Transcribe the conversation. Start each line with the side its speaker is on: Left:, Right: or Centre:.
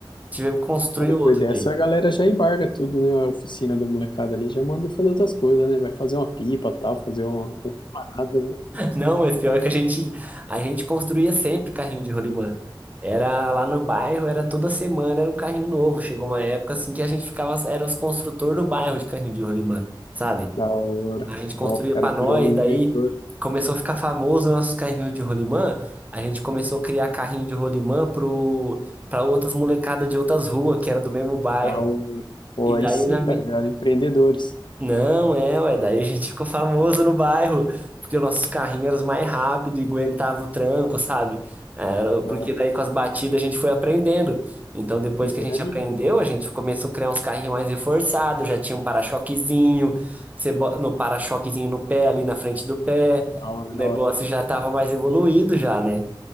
Right: Tivemos que construir
Left: Não, depois
Right: outro
Left: dessa
Right: daí.
Left: a galera já embarga tudo, né? A oficina da molecada ali já manda ir fazer outras coisas, né? Vai fazer uma pipa, tal, fazer uma, uma parada, né?
Right: Não, mas pior que a gente, a gente construía sempre carrinho de rolimã. Era lá no bairro, era toda semana, era um carrinho novo. Chegou uma época assim que a gente ficava, era os construtores do bairro de carrinho de rolimã, sabe?
Left: Da hora.
Right: A gente construía
Left: Ó, os caras
Right: pra nós,
Left: virou um
Right: daí
Left: inventor.
Right: começou a ficar famoso nossos carrinhos de rolimã. A gente começou a criar carrinho de rolimã pro, pra outras molecadas de outras ruas, que era do mesmo bairro.
Left: Da hora. Pô,
Right: E
Left: aí
Right: daí
Left: sim,
Right: na,
Left: cara,
Right: mi-
Left: viraram empreendedores.
Right: não, é, ué, daí a gente ficou famoso no bairro, porque os nossos carrinhos eram os mais rápidos e aguentava o tranco, sabe? É,
Left: Ó,
Right: porque daí com as batidas a gente foi aprendendo. Então depois
Left: engenharia.
Right: que a gente aprendeu, a gente começou a criar uns carrinhos mais reforçados, já tinha um para-choquezinho, você bo- no para-choquezinho no pé, ali na frente do pé,
Left: Da hora,
Right: o
Left: da
Right: negócio
Left: hora.
Right: já estava mais evoluído já, né?